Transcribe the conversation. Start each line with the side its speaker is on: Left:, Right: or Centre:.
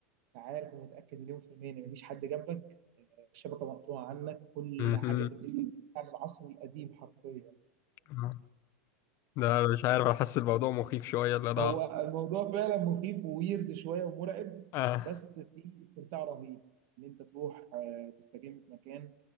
Right: أنا عارف ومتأكد مليون في المية إن مفيش حد جنبك آه، الشبكة مقطوعة عنك كل
Left: امم
Right: حاجة في الدنيا <laughs> بترجع للعصر القديم حرفيا
Left: آه. ده مش عارف انا حاسس الموضوع مخيف شويه اللي انا
Right: هو الموضوع فعلا مخيف وويرد شوية ومرعب
Left: اه
Right: بس في استمتاع رهيب إن أنت تروح آه، تستجم في مكان